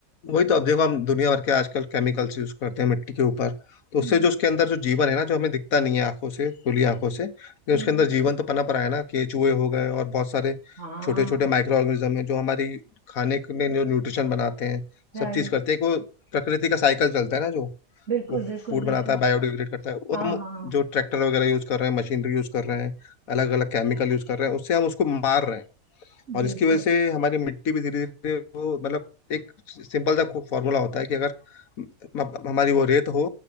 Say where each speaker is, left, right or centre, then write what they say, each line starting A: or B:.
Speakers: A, on the left; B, on the right.
A: वही तो अब देखो हम दुनिया भर के आजकल केमिकल्स यूज करते हैं मिट्टी के ऊपर तो उससे
B: हम्म,
A: जो उसके अंदर जो जीवन है ना जो हमें दिखता नहीं है आंखों से खुली आंखों से लेकिन उसके
B: हम्म,
A: अंदर जीवन तो पनप रहा है ना केचुए हो गए और बहुत सारे
B: हाँ
A: छोटे छोटे माइक्रो ऑर्गेनिज्म है जो हमारी खाने के में जो न्यूट्रिशन बनाते हैं
B: राइट
A: सब चीज करते हैं को प्रकृति का साइकिल चलता है ना जो
B: बिल्कुल
A: वो
B: बिल्कुल
A: फूड बनाता
B: बिल्कुल
A: है बायोडिग्रेड करता है वो
B: हाँ
A: हम
B: हाँ
A: जो ट्रैक्टर वगैरह यूज कर रहे हैं मशीनरी यूज कर रहे हैं अलग अलग केमिकल यूज कर रहे हैं उससे हम उसको मार रहे हैं और
B: बिल्कुल
A: इसकी वजह से हमारी मिट्टी भी धीरे धीरे वो मतलब एक सिंपल सा फॉर्मूला होता है कि अगर म- हमारी वो रेत हो